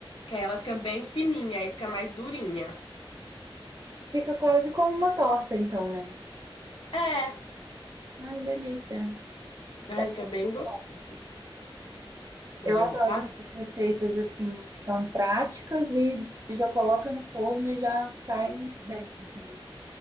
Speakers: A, on the left (about 75°); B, on the right (about 40°).
A: Que aí ela fica bem fininha, aí fica mais durinha.
B: Fica quase como uma torta, então, né?
A: É,
B: Ai, delícia.
A: aí
B: Deve
A: fica
B: ser
A: bem
B: muito
A: gostoso.
B: bom.
A: Hoje
B: Eu adoro
A: eu vou fazer.
B: essas receitas assim, que são práticas e você já coloca no forno e já sai bem, assim, né?